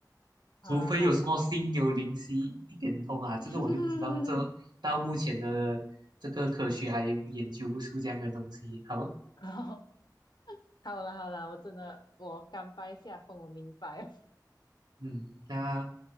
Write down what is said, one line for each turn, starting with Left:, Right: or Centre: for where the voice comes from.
Left: 啊，
Right: 除非有什么心有灵犀一点通啊，
Left: 好了好了，
Right: 这个我就不知道，
Left: <laughs>
Right: 这到目前的这个科学还研究不出这样的东西，好。
Left: 好，好了好了，我真的我甘拜下风，我明白。
Right: 嗯，那